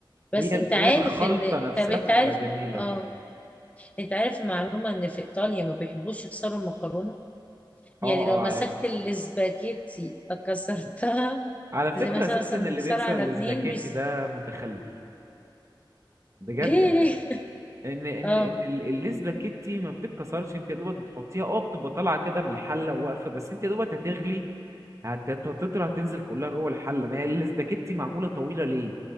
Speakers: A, on the left; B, on the right.
A: بس
B: هي ال-
A: انت
B: هي
A: عارف
B: الخلطة
A: ان
B: نفسها
A: طب انت
B: بتبقى
A: عارف
B: جميلة
A: اه انت عارف المعلومة ان في ايطاليا ما بيحبوش يكسروا المكرونة يعني
B: اه اه
A: لو مسكت
B: عارف
A: الاسباجيتي كسرتها
B: على فكرة
A: زي مثلا
B: اساسا
A: مثلا
B: اللي
A: نكسرها
B: بيكسر
A: على
B: الاسباجيتي
A: اتنين بيس
B: ده متخلف بجد
A: ليه
B: يعني
A: ليه
B: ان ان
A: اه
B: ان ال- الاسباجيتي ما بتتكسرش انت يا دوبك بتحطيها اه بتبقى طالعة كده من الحلة واقفة بس انت يا دوبك هتغلي هت- هت- هتطرى هتنزل كلها جوه الحله ما هي الاسباجيتي معموله طويله ليه